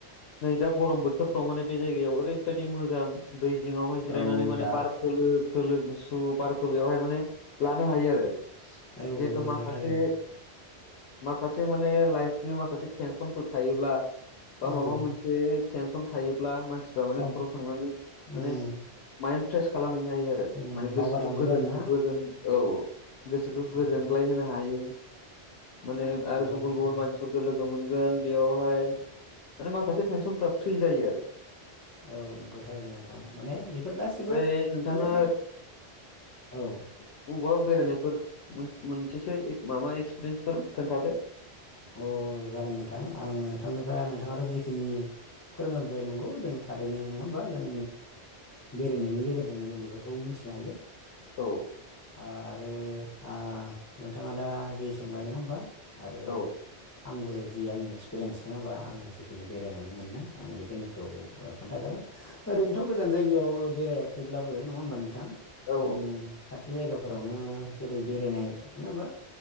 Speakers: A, on the left; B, on the left.
A: नै दा गरम बोथोरफ्राव माने बे जायगायाव ओरैबायदि मोजां। दै जिङावहाय जिरायनानै
B: औ
A: माने
B: दा
A: बारख खोलो खोलो गुसु बारखौ बेवहाय माने लानो हायो आरो। जिहेतु
B: औ नंगौ
A: माखासे
B: नोंथां थारैनो
A: माखासे माने लाइफनि माखासे टेनसनफोर थायोब्ला बा
B: औ
A: माबा मोनस से टेनसन थायोब्ला मानसिफ्रा माने
B: सब
A: बेफोराव थांनानै माने
B: उम
A: माइन्द फ्रेस खालामहैनो जायो आरो
B: उम
A: माने
B: बावगारलांजोबो
A: गोसोखौ गोजोन
B: आरो ना
A: गोजोन औ औ गोसोखौ
B: उम
A: गोजोनग्लाय होनो हायो माने
B: नंगौ
A: आरो गुबुन
B: थारैनो
A: गुबुन मानसिफोर लोगो मोनगोन बेयावहाय माने माखासे टेनसनफ्रा फ्रि जायो आरो।
B: औ नंगौ थारैनो नोंथां माने बेफोर गासिबो
A: ओमफ्राय नोंथाङा
B: माने औ।
A: बबेबा बेरायनायफोर मोन मोनसेसो माबा एक्सपिरियेन्सफोर खोन्थादो।
B: औ जागोन नोंथां आं नोंथांनिफ्राय नोंथाङाथ' जिखिनि फोरमायबोबाय नंगौ जों थारैनो नोंङा होमबा जों बेरायनायनि गेजेरजों जों बेफोरखौ मिथिनो हायो।
A: औ
B: आरो आ नोंथाङा दा जि सोंबाय नङा होमबा? आरो
A: औ
B: आंबो जि आंनि एक्सपिरियेन्स नङा होमबा आं जिखिनि बेरायनानै मोननाय आं बेखिनिखौ ओ खोन्थाजागोन। ओरैनोथ' गोजान जायगायाव बेरायाखैब्लाबो नङा होमबा नोंथां?
A: औ
B: जों खाथि जायगाफोरावनो जेरै बेरायनाय नङा होमबा